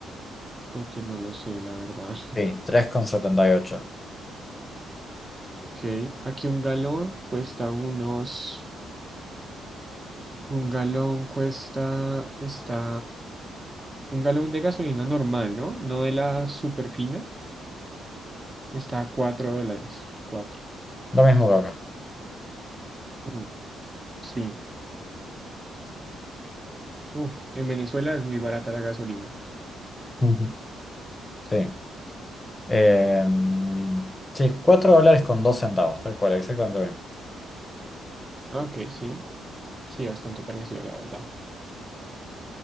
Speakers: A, on the right (about 20°); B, on the left (about 20°).
A: porque no lo sé, la verdad.
B: Sí, tres con setenta y ocho.
A: Ok, aquí un galón cuesta unos, un galón cuesta, está, un galón de gasolina normal, ¿no? No de la super fina, está a 4 dólares, cuatro,
B: Lo mismo que acá.
A: Mm, sí. Uf, en Venezuela es muy barata la gasolina.
B: Ujú. Sí. Eh, sí, cuatro dólares con dos centavos, tal cual, exactamente lo mismo.
A: Ah, Ok, sí, sí, bastante parecido, la verdad.